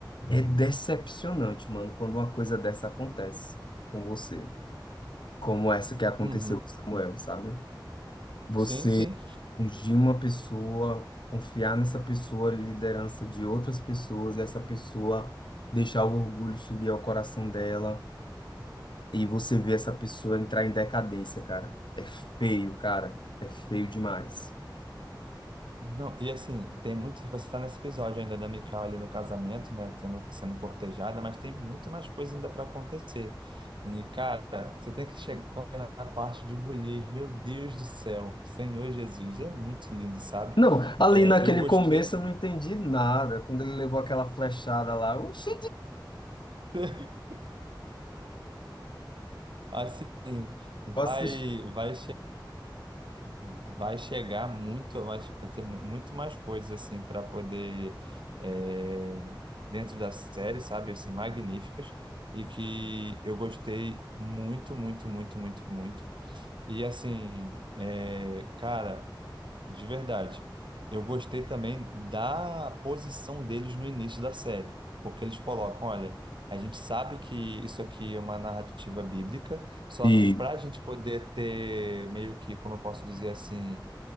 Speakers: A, on the left; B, on the right.
A: É decepcionante, mano, quando uma coisa dessa acontece com você. Como essa que aconteceu
B: Uhum.
A: com Samuel, sabe? Você
B: Sim, sim.
A: ungir uma pessoa, confiar nessa pessoa, liderança de outras pessoas, e essa pessoa deixar o orgulho subir ao coração dela e você vê essa pessoa entrar em decadência, cara. É feio, cara. É feio demais.
B: Não, e assim, tem muito. Você está nesse episódio ainda da Mikau ali no casamento, né? Tendo, sendo cortejada, mas tem muito mais coisa ainda para acontecer. E, cara, você tem que chegar na parte de Golias. Meu Deus do céu, Senhor Jesus, é muito lindo, sabe?
A: Não, ali
B: É,
A: naquele
B: eu gostei.
A: começo eu não entendi nada. Quando ele levou aquela flechada lá, oxi,
B: <laughs> Assim, vai,
A: eu assisti.
B: vai. vai chegar muito, vai vai ter muito mais coisas assim para poder é, dentro da série, sabe, assim, magníficas e que eu gostei muito, muito, muito, muito, muito. E assim, é, cara, de verdade, eu gostei também da posição deles no início da série, porque eles colocam, olha, a gente sabe que isso aqui é uma narrativa bíblica, só
A: E-
B: que para a gente poder ter meio que, como eu posso dizer assim